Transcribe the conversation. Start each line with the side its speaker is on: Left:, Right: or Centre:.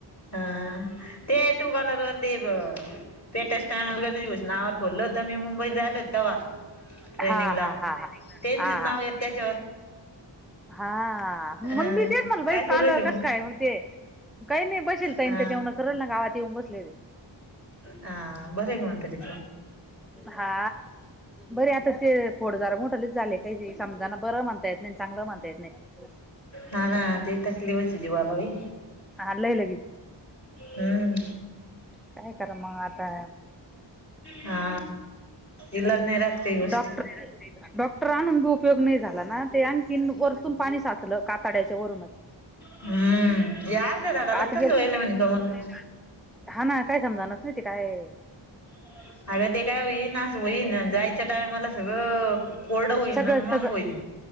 Left: हं ते तू कलर वरती बघ <inaudible> पेटस्टामल नाववर खोललं होतं मी, मुंबईत जायेलं होते तेव्हा. ट्रेनिंग
Centre: हा
Left: ला,
Centre: हा हा हा
Left: त्याचेच
Centre: हा
Left: नाव
Centre: हा
Left: ये
Centre: हा
Left: त्याच्यावर.
Centre: हा, मगं
Left: अ
Centre: मी तेच मला
Left: काय
Centre: बाई
Left: करू
Centre: काल
Left: राहिली
Centre: अ
Left: मग
Centre: कसं काय म्हणजे काहींनाय बसेलं ये, ताई
Left: हा
Centre: ते जेवणं करेलं ना गावात येऊन बसले ते.
Left: हा बरं ये म्हतारी
Centre: हा बरे आता, ते फोड जरा मोठलेचं झाले. काही समजाना बरं म्हणता येत नाही, अन् चांगलं म्हणता येत नाही.
Left: हा ना ते तकलीफचं ये जीवाला बाई,
Centre: हा लय लगी
Left: हम्म.
Centre: काय करा म आता
Left: हा इलाज नाही राहात काही गोष्टी
Centre: डॉक्टर डॉक्टर आणून बी उपयोग नाही झाला ना, ते आणखी वरतून पाणी साचलं काताड्याच्या वरूनचं.
Left: हम्म यार त्या झाडालाच
Centre: आत
Left: तसं
Centre: गेलत
Left: व्हायलय म्हणे कमल ग
Centre: <unintelligible> हा ना काय समजाणाचं नाही ते काय?
Left: <inaudible> अगदी काय होई ना असं होईन, जायच्या टायमला सगळं कोरडं होईन
Centre: सगळं
Left: मंग
Centre: सगळं
Left: होईन.